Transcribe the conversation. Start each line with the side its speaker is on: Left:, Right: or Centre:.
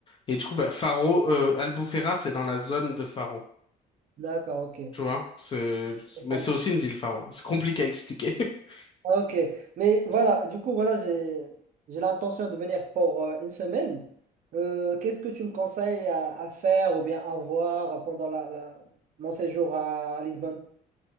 Left: Et du coup, bah, Faro... euh, Albufeira, c'est dans la zone de Faro.
Right: D'accord, ok. Ouais,
Left: Tu vois, c'est,
Right: c'est
Left: mais
Right: pas mal.
Left: c'est aussi une ville, Faro. C'est compliqué à expliquer. <laughs>
Right: Ok, mais voilà, du coup, voilà, j'ai j'ai l'intention de venir pour euh, une semaine. Euh, qu'est-ce que tu me conseilles à, à faire ou bien à voir pendant la, la- mon séjour à, à Lisbonne?